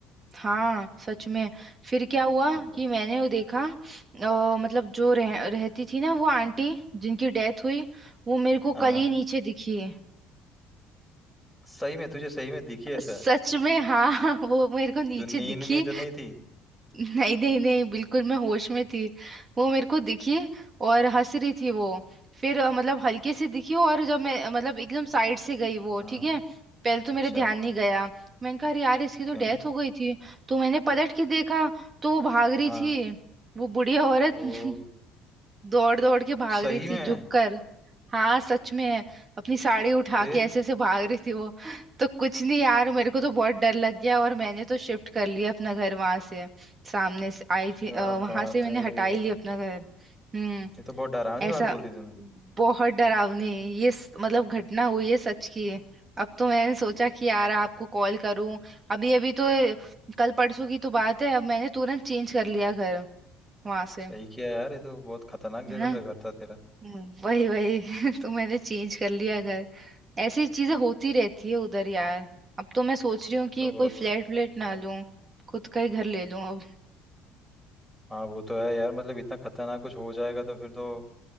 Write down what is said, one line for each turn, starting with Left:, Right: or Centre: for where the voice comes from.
Right: हाँ सच में फिर क्या हुआ
Centre: ओहो
Right: कि मैंने वो देखा अ, मतलब जो रह, रहती थी ना वो आंटी जिनकी डेथ हुई वो मेरे को
Centre: हाँ
Right: कल ही नीचे दिखी
Centre: सही में तुझे सही में दिखी ऐसा
Right: सच में हाँ <laughs> वो मेरे को नीचे
Centre: तू नींद
Right: दिखी
Centre: में तो नहीं थी
Right: नहीं नहीं नहीं बिल्कुल मैं होश में थी वो मेरे को दिखी और हंस रही थी वो फिर अ, मतलब हल्के से दिखी और जब मैं अ, मतलब एकदम साइड से गई वो
Centre: हम्म
Right: ठीक है पहले तो मेरे
Centre: अच्छा
Right: ध्यान नहीं गया मैंने कहा अरे यार इसकी
Centre: ओके
Right: तो डेथ हो गई थी तो मैंने पलट के देखा तो वो भाग रही
Centre: हाँ
Right: थी वो बुढ़िया औरत
Centre: वो
Right: <laughs> दौड़ दौड़ के भाग
Centre: सही
Right: रही
Centre: में
Right: थी झुक कर हाँ सच में है अपनी साड़ी उठा
Centre: फिर
Right: के ऐसे ऐसे भाग रही थी वो तो कुछ नहीं यार मेरे को तो बहुत डर लग गया और मैंने तो शिफ्ट कर लिया अपना घर वहां से सामने से आई
Centre: क्या
Right: थी वहां
Centre: बात
Right: से मैंने
Centre: है
Right: हटा
Centre: यार
Right: ही लिया अपना घर हम्म
Centre: ये तो बहुत डरावनी
Right: ऐसा
Centre: बात बोल दी तूने
Right: बहुत डरावनी ये स- मतलब घटना हुई है सच की है अब तो मैंने सोचा कि यार आपको कॉल करूं अभी अभी तो कल परसों की तो बात है अब मैंने तुरंत चेंज कर लिया घर वहां से
Centre: सही किया यार ये तो बहुत खतरनाक जगह
Right: है ना
Centre: पे घर था तेरा
Right: हम्म, वही वही <laughs> तो मैंने चेंज कर लिया घर ऐसी चीजें होती रहती है उधर यार अब तो मैं सोच रही हूँ
Centre: ये
Right: कि
Centre: तो बहुत
Right: कोई फ्लैट व्लैट ना लूं खुद का ही घर ले लूं अब
Centre: हाँ वो तो है यार मतलब इतना खतरनाक कुछ हो जाएगा तो फिर तो